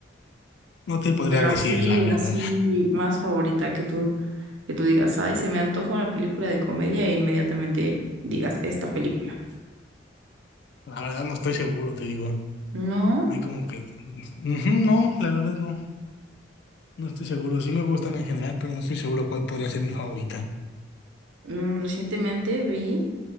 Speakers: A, on the left; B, on the right.
A: No te podría
B: Pero
A: decir
B: así,
A: la verdad.
B: así,
A: <laughs>
B: más favorita que tú, que tú digas, ay, se me antoja una película de comedia e inmediatamente digas esta película.
A: La verdad no estoy seguro, te digo.
B: No,
A: Hay como que... Ujú, no, la verdad no. No estoy seguro. Sí me gustan en general, pero no estoy seguro cuál podría ser mi favorita.
B: mm, recientemente vi,